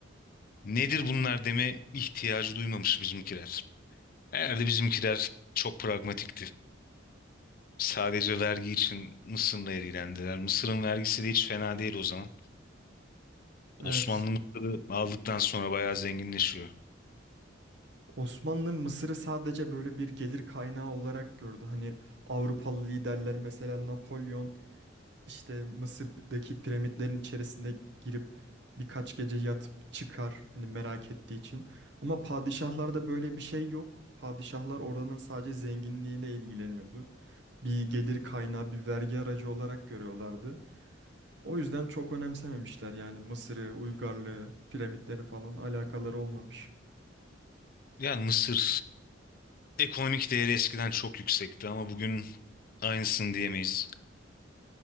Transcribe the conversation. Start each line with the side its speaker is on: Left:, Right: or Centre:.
Left: nedir bunlar deme ihtiyacı duymamış bizimkiler. Herhalde bizimkiler çok pragmatikti. Sadece vergi için Mısır'la ilgilendiler. Mısır'ın vergisi de hiç fena değil o zaman.
Right: evet.
Left: Osmanlı Mısır'ı aldıktan sonra bayağı zenginleşiyor.
Right: Osmanlı Mısır'ı sadece böyle bir gelir kaynağı olarak gördü. Hani Avrupalı liderler mesela Napolyon İşte Mısır'daki piramitlerin içerisinde girip birkaç gece yatıp çıkar hani merak ettiği için. Ama padişahlarda böyle bir şey yok. Padişahlar oranın sadece zenginliğiyle ilgileniyordu. Bir gelir kaynağı, bir vergi aracı olarak görüyorlardı. O yüzden çok önemsememişler yani Mısır'ı, uygarlığı, piramitleri falan alakaları olmamış.
Left: Yani Mısır ekonomik değeri eskiden çok yüksekti ama bugün aynısını diyemeyiz.